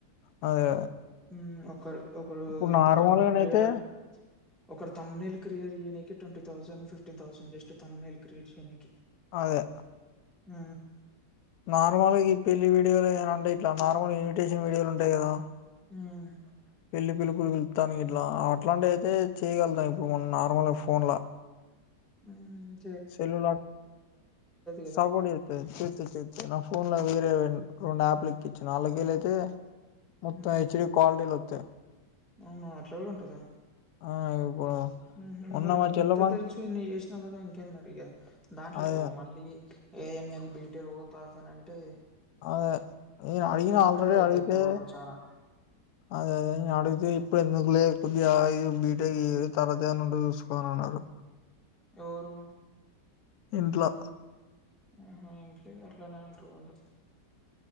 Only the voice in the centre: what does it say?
మ్ ఒకరు ఒకరు
ఏంది
కంటెంట్ క్రియేటర్ ఒకడ్ తమ్ నెల్ క్రియేట్ చెయ్యనికి twenty thousand fifteen thousand just thumbnail create చేయనికి
మ్
మ్
మ్
గదా!
హ్మ్.
అవునా అట్లా గుడ ఉంటదా
మ్ హ్
మరి
ఇంకెంత
తెలుసు ఇన్ని చేసినావ్ కదా ఇంకేంది మరి ఇగ దాంట్లోకి
పో మళ్ళీ ఏఎంఎల్ బిట్టేక్ పోతా అంటే
ఇబ్బందయితది
తర్వాత చానా.
ఎవరూ
ఆహా ఇంట్లిగ అట్లనే అంటారు వాళ్ళు